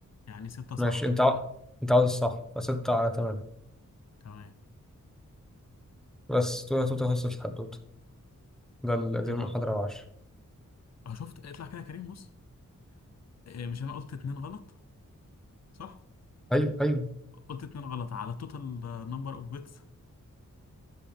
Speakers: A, on the left; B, in the centre.
A: يعني ستة صح
B: ماشي انت ع... انت عاوز الصح فستة على تمانية
A: تمام
B: بس تو تو تخصص الحدوتة ده ال- دي
A: ايه
B: المحاضرة
A: ده بقى
B: العاشرة
A: اه شفت اطلع كده يا كريم بص إيه مش انا قلت اتنين غلط صح
B: ايوه ايوه
A: قلت اتنين غلط على التوتال نمبر اوف بيتس